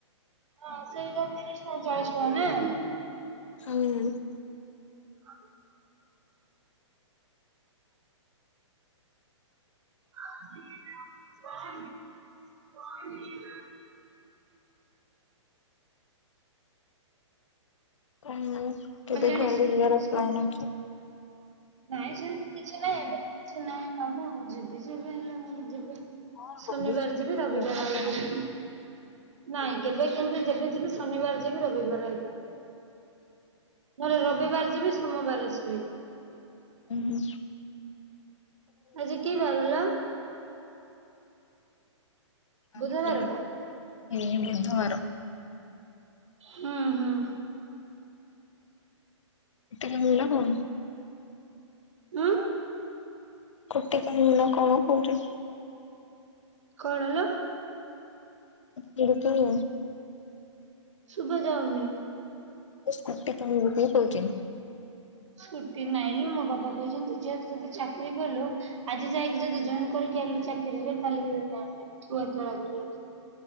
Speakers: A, on the right (about 70°); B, on the left (about 75°).
A: ହଁ ସେଇଟା ତିରିଶ ଟଙ୍କା ଚାଳିଶ ଟଙ୍କା ନା।
B: ହଁ।
A: <unintelligible> <unintelligible>
B: କାହିଁ ମୁଁ କେବେ
A: କଲ୍ୟାଣୀ
B: ଘରକୁ
A: ସ୍କୁ
B: ଯିବାର
A: ସ୍କୁ-
B: ପ୍ଲନ୍ ଅଛି।
A: ନାଇଁ ସେମିତି କିଛି ନାଇ ଏବେ ତ କିଛି ନାଇ କାମ ଯିବି ଯିବି ହେଲେ <unintelligible> ଯିବି।
B: କଣ
A: ଶନିବାର
B: କହୁଛୁ ସ୍କୁଟି
A: ଯିବି ରବିବାର
B: କିଣିବୁ ନା
A: ଆଉଥିବି।
B: କଣ?
A: ନାଇଁ କେବେ କିନ୍ତୁ ଯେବେ ଯିବି ଶନିବାର ଯିବି ରବିବାର ଆଇବୀ। ପୁଣି ରବିବାର ଯିବି ସୋମବାର ଆସିବି।
B: ଉଁ ହୁଁ।
A: ଆଜି କି ବାର ଲୋ? ବୁଧବାର
B: ଆଜି ଏଇ ବୁଧବାର।
A: ହଁ ହଁ।
B: ଏଟେ <unintelligible> କଉନୁ।
A: ହଁ।
B: କୁଟି କିଣିବୁ ନା କଣ କହୁଚି।
A: କଣ ଲୋ?
B: <unintelligible> କିଣିବୁ।
A: ଶୁଭା ଯାଉନି।
B: ଏ ସ୍କୁଟି କିଣିବୁ କି କହୁଛି।
A: ସ୍କୁଟି ନାଇଁ ଲୋ ମୋ ବାପା କହିଛନ୍ତି ଝିଅ ତୁ ଯଦି ଚାକିରି କଲୁ ଆଜି ଯାଇକି ଯଦି ଜଏନ କରିକି ଆଇଲୁ ଚାକିରିରେ ତାହେଲେ <unintelligible>